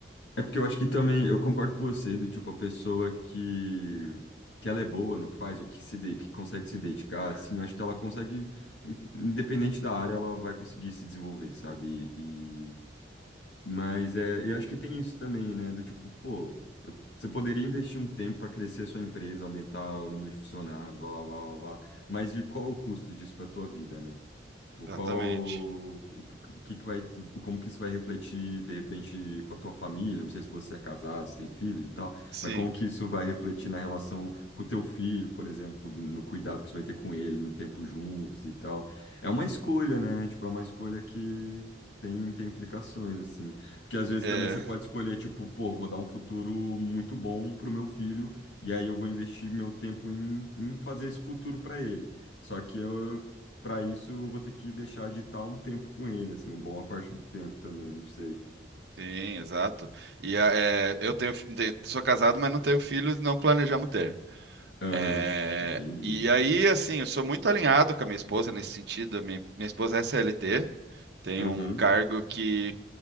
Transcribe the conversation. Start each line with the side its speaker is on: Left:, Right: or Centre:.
Left: É porque eu acho que também, eu concordo com você, do tipo, a pessoa que, que ela é boa no que faz, ou que se de, que consegue se dedicar, assim, eu acho que ela consegue, independente da área, ela vai conseguir se desenvolver, sabe? E, mas é, eu acho que tem isso também, né? Do tipo, pô, você poderia investir um tempo para crescer sua empresa, aumentar o número de funcionários, blá, blá, blá, blá, blá. Mas e qual o custo disso para a tua vida, né? Tipo,
Right: Exatamente.
Left: qual, o que, o que que vai, como que isso vai refletir, de repente, com a tua família? Não sei se você é casado, se tem filhos e tal,
Right: Sim,
Left: mas como que isso vai refletir na relação com o teu filho, por exemplo, com- no cuidado que você vai ter com ele, no tempo juntos e tal. É uma escolha, né? Tipo, é uma escolha que tem, tem implicações, assim. Porque às vezes
Right: é,
Left: também você pode escolher, tipo, pô, vou dar um futuro muito bom pro meu filho, e aí eu vou investir meu tempo em, em fazer esse futuro para ele. Só que eu, para isso, eu vou ter que deixar de estar um tempo com ele, assim, uma boa parte do tempo também, não sei.
Right: sim, exato. E a- é, eu tenho, fi- te- sou casado, mas não tenho filhos, não planejamos ter.
Left: Aham,
Right: É,
Left: entendi.
Right: e aí, assim, eu sou muito alinhado com a minha esposa nesse sentido. a Minha, minha esposa é CLT, Tem
Left: Aham,
Right: um cargo que